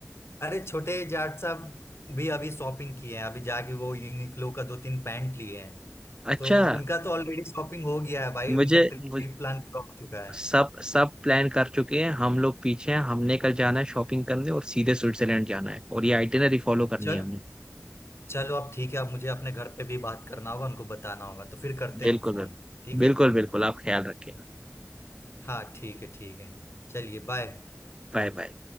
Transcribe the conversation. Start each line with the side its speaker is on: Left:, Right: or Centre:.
Left: अरे छोटे जाट साहब भी अभी शॉपिंग किए हैं अभी जाके वो यूनिक्लो का दो तीन पैंट लिए हैं
Right: अच्छा
Left: तो उनका तो ऑलरेडी शॉपिंग हो गया है भाई
Right: मुझे,
Left: उनका ट्रिप
Right: मुझे
Left: प्लान पूरा हो चुका है
Right: सब सब प्लान कर चुके हैं हम लोग पीछे हैं हमने कल जाना है शॉपिंग करने और सीधे स्विट्जरलैंड जाना है और ये आइटिनरी फॉलो करनी
Left: चल
Right: है हमने
Left: चलो अब ठीक है अब मुझे अपने घर पे भी बात करना होगा उनको बताना होगा तो फिर करते हैं
Right: बिल्कुल
Left: हम फोन
Right: बिल्कुल
Left: ठीक
Right: बिल्कुल
Left: है
Right: बिल्कुल आप ख्याल रखिएगा
Left: हाँ ठीक है ठीक है चलिए बाय
Right: Bye bye